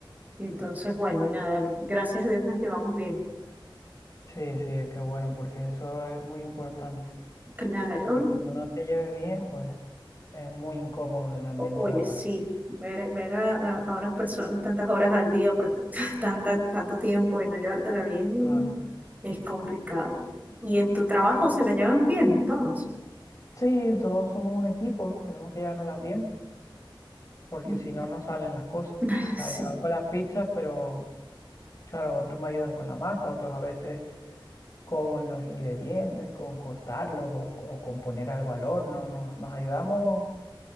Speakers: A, on the right (about 20°); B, on the left (about 40°).
A: Y entonces, bueno, nada, gracias a Dios nos llevamos bien.
B: Sí, sí, qué bueno, porque eso es muy importante.
A: Claro.
B: Porque como no te lleves bien, pues es muy incómodo el ambiente
A: O- Oye,
B: laboral.
A: sí, ver, ver a, a- a unas personas
B: Mm,
A: tantas horas al día por t- <laughs> tanta, tanto tiempo y no llevártela bien
B: Claro.
A: es complicado. Y en tu trabajo
B: Claro.
A: se la llevan bien todos.
B: Sí, todos somos un equipo, tenemos que llevárnoslas bien, porque
A: <laughs>
B: si no, no salen las cosas. O
A: Mm. Ah,
B: sea,
A: Sí.
B: yo hago las pizzas, pero Claro, otros me ayudan con la masa, otros a veces con los ingredientes, con cortarlos o, o con poner algo al horno. Nos, nos ayudamos